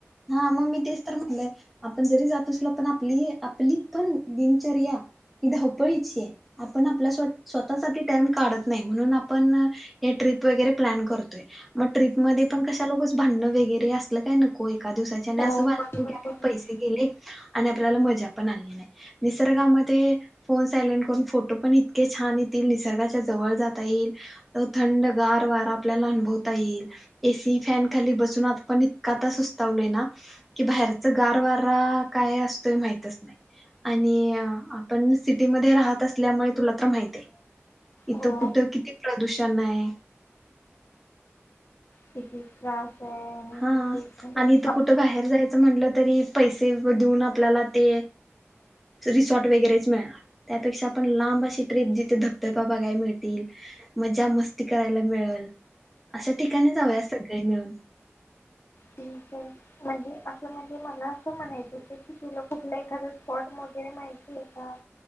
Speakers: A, in the centre; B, on the left.
A: हा मग मी तेच तर म्हणलंय आपण जरी जात असलो पण आप आपली आपली पण दिनचर्या ही धापळीची आहे आपण आपल्या स्व स्वतःसाठी टाईम काढत नाही म्हणून आपण हे ट्रे ट्रिप वगैरे प्लॅन करतोय मग ट्रिप मध्ये कशाला उगच भांडण वगैरे असल काय नको. एका दिवसाच्या
B: हो
A: असं व्हाय
B: बरोबर
A: नको की आपल
B: बरोबर.
A: पैसे गेले. आणि आपल्याला मज्जा पण आली नाही निसर्गामध्ये फोन सायलेट करून फोटो पण इतके छा छान येतील निसर्गाच्या जवळ जाता येईल अं थंड गार वारा आपल्याला अनुभवता येईल. एसी फॅन खाली बसून आपण इतका आता सुस्त तावलय ना की बाहेरच गार वारा काय असतोय माहितच नाही. आणि आपण सिटीमध्ये राहत असल्यामुळे तुला तर माहित आहे. इथं
B: हो
A: कुठं किती प्रदूषण आहे.
B: किती त्रास आहे आणि
A: हा
B: किती म्हणजे
A: आणि इथं
B: आप
A: कुठं बाहेर जायचं म्हटलं तरी पैसे देऊन आपल्याला ते रिसॉर्ट वगैरेच मिळणार त्यापेक्षा आपण लांब आंबाशी ट्रिप जिथे धबधबा बघाय मिळतील मज्जा मस्ती करायला मिळल. अशा ठिकाणी जाऊया सगळी मिळून
B: ठीक आहे म्हणजे असं म्हणजे मला असं म्हणायचं होत की तुला कुठल एखाद स्पॉट म ते माहिती आहे का